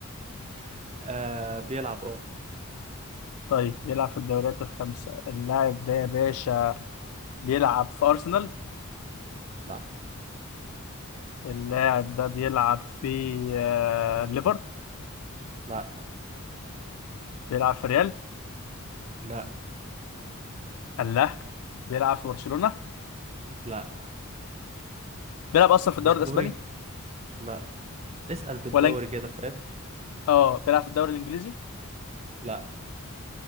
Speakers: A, on the right; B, on the left.
A: <laughs> آه بيلعب اه
B: طيب بيلعب في الدوريات الخمسة اللاعب ده يا باشا بيلعب في أرسنال
A: لا
B: اللاعب ده بيلعب في آه، ليفر
A: لا
B: بيلعب في ريال
A: لا
B: الله بيلعب في برشلونة
A: لا
B: بيلعب أصلا في الدوري
A: مش
B: الأسباني
A: دوري لا اسأل بالدوري
B: ولا إنج-
A: كده فاهم
B: اه بيلعب في الدوري الإنجليزي
A: لا